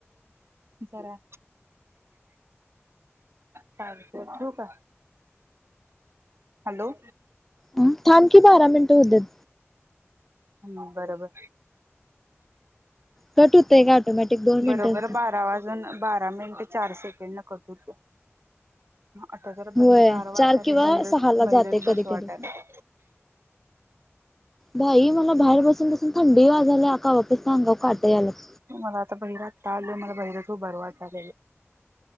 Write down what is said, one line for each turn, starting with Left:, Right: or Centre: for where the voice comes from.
Right: जरा चाल ठेवू का? हॅलो
Centre: हा थांब की बारा मिनटं होऊ देत.
Right: हम्म बरोबर.
Centre: कट होतंय का ऑटोमॅटिक दोन मिनिटांच
Right: बरोबर बारा वाजून बा रा मिनटं चार सेकंडला कट होतो. आता जरा
Centre: होय
Right: भाहिर गार
Centre: चार
Right: वाटायले,
Centre: किंवा
Right: बाहिरच,
Centre: सहाला
Right: बाहिरच
Centre: जाते
Right: बसू
Centre: कधी कधी
Right: वाटालय.
Centre: बाई मला बाहेर बसून, बसून थंडी वाजल्या, कवापासनं अंगावर काटे आल्यात.
Right: मला आता भहिरा ताललोन मला भाहिरचं हूभारू वाटालय.